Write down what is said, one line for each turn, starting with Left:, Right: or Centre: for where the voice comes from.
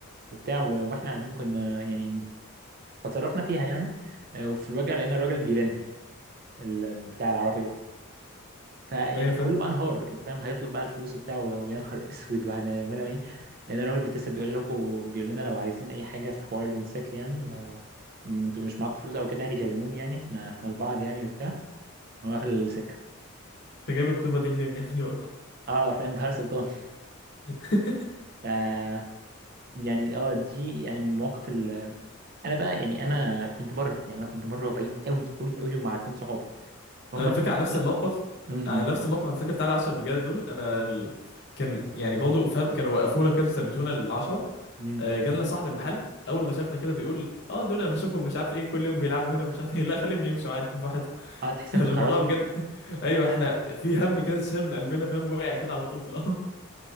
Right: وبتاع و- واحنا قاعدين كنا يعني اتصرفنا فيها يعني آه، وفي الواجهه لقينا الراجل بيرن ال- بتاع العربيه فيعني
Left: ايوه فاهم
Right: كله بقى انهار انت فاهم هيطلب بقى الفلوس وبتاع و- ويا نهار <laughs> اسود وهنعملها ايه لان الراجل بيتصل بيقول لكم بيقول لنا لو عايزين اي حاجه في حوار الموتوسيكل يعني آه، انتوا مش معاكم فلوس او كده يعني كلموني يعني احنا احنا لبعض يعني وبتاع هو قافل السكه
Left: انت جايب الطيبه دي منين يا ابني والله
Right: اه فاهم <laughs> بهاء سلطان
Left: <laughs>
Right: ف يعني اه دي يعني من المواقف انا بقى يعني انا كنت بره يعني انا كنت بره وبعيد قوي قوي قوي ومع اتنين صحابي فهم
Left: انا الفكره
Right: كانوا
Left: على نفس
Right: لا
Left: الموقف
Right: م-
Left: على
Right: م-
Left: نفس الموقف على فكره بتاع العشرة رجاله دول انا ال... كان يعني برضه فاهم كانوا وقفونا كده ثبتونا العشرة
Right: م.
Left: آه، جالنا صاحب المحل اول ما شافنا كده بيقول اه دول انا بشوفهم مش عارف ايه كل يوم بيلعبوا هنا ومش عارف ايه لا خليهم يمشوا عادي براحتهم
Right: اه تحس
Left: <laughs>
Right: انك
Left: الموضوع
Right: خرجت
Left: بجد <laughs> ايوه احنا في هم كده اتشال من قلبنا فاهم وقع كده على طول في الارض